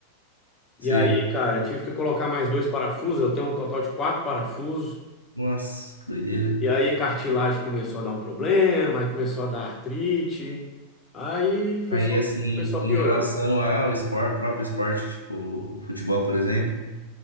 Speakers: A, on the left; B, on the left.
A: E
B: sei.
A: aí, cara, tive que colocar mais dois parafusos. Eu tenho um total de quatro parafusos.
B: Nossa, que doideira.
A: E aí, cartilagem começou a dar um problema, aí começou a dar artrite. Aí foi
B: Aí,
A: só,
B: assim,
A: foi só
B: em
A: piorando.
B: relação ao espor- próprio esporte, tipo o futebol, por exemplo,